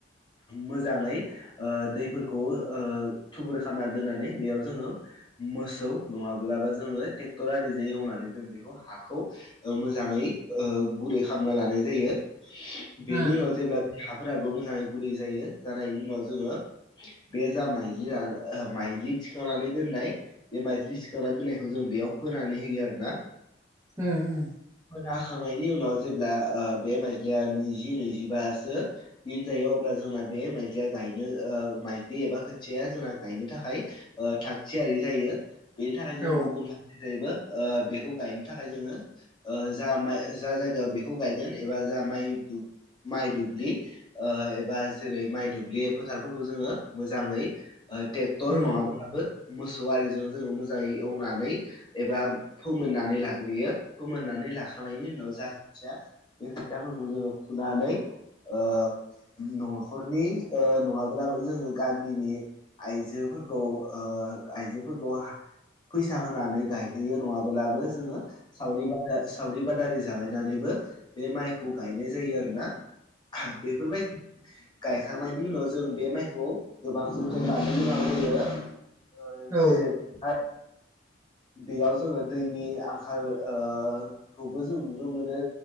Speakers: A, on the left; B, on the right.
A: मोजाङै ओ दैफोरखौ ओ थुबुर खालामना दोननानै बेयाव जोङो मोसौ नङाब्लाबो जोङो ट्रेक्टरआरिजों एवनानै जों बेखौ हाखौ ओ मोजाङै ओ गुरै खालामना लानाय जायो। बेनि
B: ओं
A: उनाव जेब्ला हाफोराबो मोजाङै गुरै जायो, जानायनि उनाव जोङो बे जा माइलिया ओ माइलि थिखांनानै दोननाय बे माइज्लि सिखांना दोननायखौ जों बेयाव फोरोनानै होयो आरो ना।
B: ओ ओम।
A: खोना होखांनायनि उनाव जेब्ला ओ बे मायज्लिया नैजि नैजिबासो दिन जायो। अब्ला ब्ला जोंना बे माइज्लिया गायनो ओ माइज्लि एबा खोथियाया जोंना गायनो थाखाय ओ थागथियारि जायो बेनि थाखाय जों
B: उम औ
A: गुबुन फार सेखैबो बेखौ गायनो थाखाय जोङो ओ जा माइ जा जायगायाव बेखौ गायगोन एबा जा माइ माइ दुबलि ओ बा जेरै माइ दुब्लि फोथारफोरखौ जोङो मोजाङै ट्रेक्टर
B: उम
A: नङाब्लाबो मोसौ आरिजों जोङो मोजाङै एवनानै एबा फोमोननानै लाग्रोयो फोमोननानै लाखांनायनि उनाव जा खोथिया बे खोथियाफोरखौ जोङो फुनानै ओ न'खरनि ओ नङाब्लाबो जोङो गामिनि आइजोफोरखौ ओ आइजोफोरखौ हा फैसा होनानै गायहोयो नङाबोलाबो जोङो सावरि बादा सावरि बादारि जालायनानैबो बे माइखौ गायनाय जायो आरोना। बेफोरबायदि गायखांनायनि उनाव जों बे माइखौ गोबां जोथोन लानो गोनां जायो। ओ
B: उम औ
A: जेरै आय बेयाव जोङो दैनि आंखाल ओ खौबो जों नुनो मोनो